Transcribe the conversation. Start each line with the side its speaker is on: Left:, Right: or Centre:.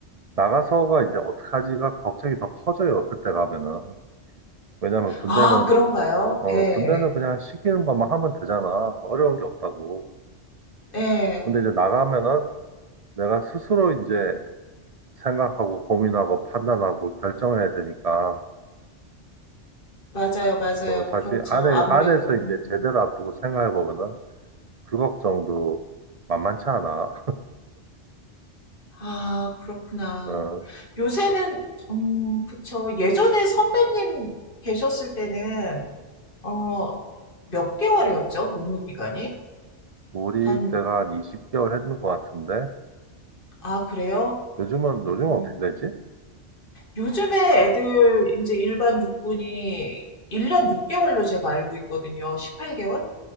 Right: 나가서가 이제 어떡하지가 걱정이 더 커져요. 그때 가면은. 왜냐면 군대는,
Left: 아, 그런가요?
Right: 어,
Left: 예.
Right: 군대는 그냥 시키는 것만 하면 되잖아. 어려운 게 없다고.
Left: 예.
Right: 근데 이제 나가면은 내가 스스로 이제 생각하고 고민하고 판단하고 결정해야 되니까,
Left: 맞아요, 맞아요.
Right: 어, 사실
Left: 그렇죠.
Right: 안에,
Left: 아무래도,
Right: 안에서 이제
Left: 음.
Right: 제대로 앞두고 생각해 보면은 그 걱정도 만만치 않아.
Left: 아, 그렇구나.
Right: 어,
Left: 요새는, 음, 그쵸. 예전에 선배님 계셨을 때는, 어, 몇 개월이었죠? 복무 기간이?
Right: 우리
Left: 한,
Right: 때가 한 20개월 했는 것 같은데,
Left: 아, 그래요?
Right: 요즘은, 요즘 어떻게
Left: 음.
Right: 되지?
Left: 요즘에 애들, 이제 일반 육군이 1년 6개월로 제가 알고 있거든요. 십팔 개월